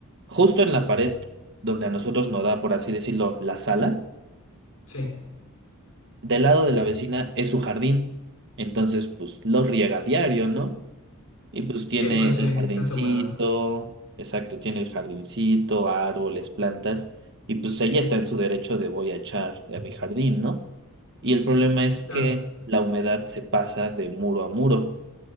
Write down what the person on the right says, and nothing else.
justo en la pared donde a nosotros nos da, por así decirlo, la sala,
del lado de la vecina es su jardín, entonces pues lo riega diario, ¿no? Y pues tiene
el jardincito,
exacto, tiene el jardincito, árboles, plantas, y pues ella está en su derecho de voy a echar a mi jardín, ¿no? Y el problema es que
la humedad se pasa de muro a muro.